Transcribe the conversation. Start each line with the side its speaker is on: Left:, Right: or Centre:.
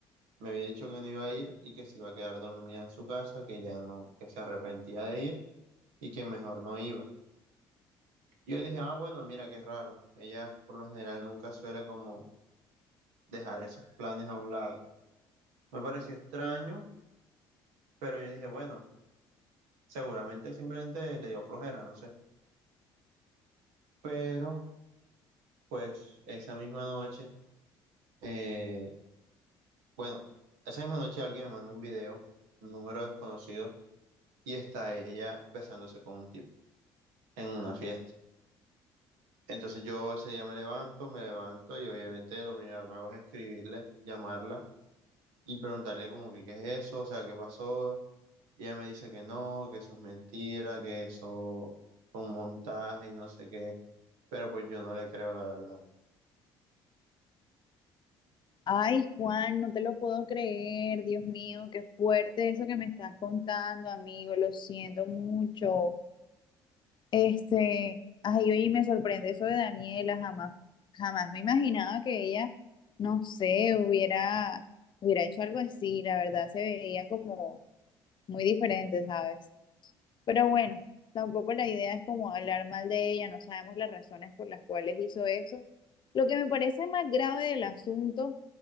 Right: me había dicho que no iba a ir y que se iba a quedar dormida en su casa, que ya no, que se arrepentía de ir y que mejor no iba. Y yo dije, ah, bueno, mira qué raro, ella por lo general nunca suele como dejar esos planes a un lado. Me pareció extraño, pero yo dije, bueno, seguramente simplemente le dio flojera, no sé. Pero, pues, esa misma noche, eh, bueno, esa misma noche alguien me manda un video, un número desconocido, y está ella besándose con un tipo en una fiesta. Entonces yo ese día me levanto, me levanto y obviamente lo primero que hago es escribirle, llamarla y preguntarle como que qué es eso, o sea, qué pasó, Y ella me dice que no, que eso es mentira, que eso fue un montaje y no sé qué, pero pues yo no le creo la verdad.
Left: Ay, Juan, no te lo puedo creer, Dios mío, qué fuerte eso que me estás contando, amigo, lo siento mucho. Este, ay, oye, me sorprende eso de Daniela, jamás, jamás me imaginaba que ella, no sé, hubiera, hubiera hecho algo así, la verdad se veía como muy diferente, ¿sabes? Pero bueno, tampoco la idea es como hablar mal de ella, no sabemos las razones por las cuales hizo eso. Lo que me parece más grave del asunto